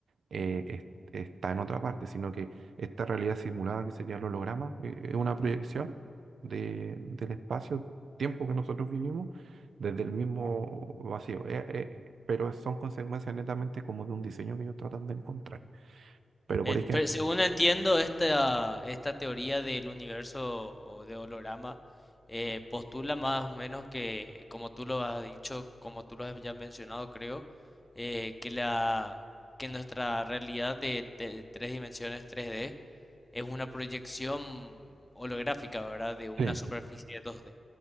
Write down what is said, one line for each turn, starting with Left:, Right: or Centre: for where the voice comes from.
Right: eh, es- está en otra parte, sino que esta realidad simulada que sería el holograma eh, es una proyección de, del espacio-tiempo que nosotros vivimos desde el mismo vacío. Eh, eh, pero son consecuencias netamente como de un diseño que ellos tratan de encontrar. Pero
Left: eh,
Right: por ejemplo,
Left: pe- según entiendo, esta, esta teoría del universo o de holograma eh, postula más o menos que, como tú lo has dicho, como tú lo has ya mencionado, creo, eh, que la, que nuestra realidad de, de tres dimensiones 3D es una proyección holográfica, ¿verdad? De una
Right: sí,
Left: superficie 2D.